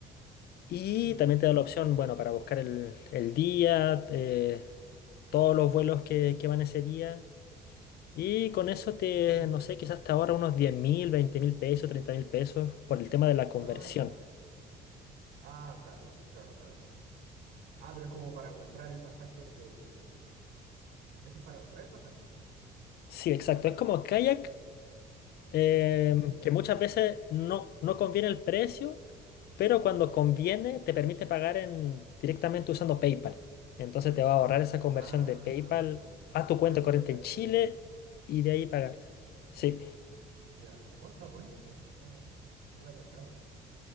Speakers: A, on the left (about 70°); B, on the right (about 75°).
A: Y
B: Ya.
A: también te da la opción, bueno, para buscar el, el día, eh, todos los vuelos que, que van ese día. Y con eso te,
B: Mm.
A: no sé, quizás te ahorra unos diez mil, veinte mil pesos, treinta mil pesos por el tema de la conversión.
B: Ah, ya. Ah, claro, claro, claro. Ah, pero es como para comprar el pasaje. Eso es para comprar el pasaje, entonces.
A: Sí, exacto. Es como Kayak, em,
B: Ah, ya.
A: que muchas veces no, no conviene el precio, pero cuando conviene te permite pagar en, directamente usando PayPal. Entonces te va a ahorrar esa conversión
B: Ah,
A: de PayPal a tu cuenta
B: perfecto.
A: corriente en Chile y de ahí pagar. Sí,
B: Ya. Oh, está buena esa. Está... No la cachaba.